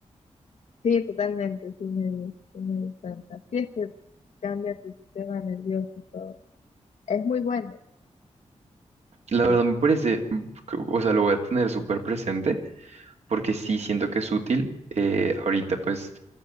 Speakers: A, on the left (about 70°); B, on the right (about 65°).
A: Sí, totalmente, sí me, di- sí me di cuenta. Sí, es que cambia tu sistema nervioso y todo. Es muy bueno,
B: La
A: sí,
B: verdad me parece, mm, que- o sea, lo voy a tener súper presente porque sí siento que es útil. Eh, ahorita, pues,